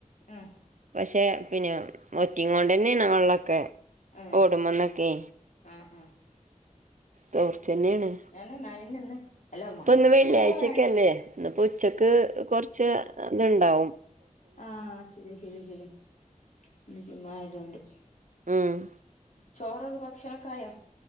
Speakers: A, on the left; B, on the right.
A: ആഹ്
B: പക്ഷെ പിന്നെ വറ്റിങ്ങ്ൽഡന്നായ വള്ളൊക്കെ
A: ആഹ്
B: ഓടുമ്പോന്നൊക്കെ
A: ആഹ് ആഹ്
B: തോർച്ചന്നെയാണ്
A: ഉം അതന്നെ മഴന്നെ ഇന്ന് അല്ല മഴക്ക്
B: പൊന്ന് വെള്ളിയാഴ്ച്ചയ്ക്കല്ലേ
A: മഴ വേണം
B: ഇന്നിപ്പം ഉച്ചക്ക് കുറച്ച് ഇതുണ്ടാവും
A: ആഹ് ശരിയാ ശരിയാ ശരിയാ ഇന്ന് ചുമാതൊണ്ട്
B: ഉം
A: ചോറൊക്കെ ഭക്ഷണോക്കായോ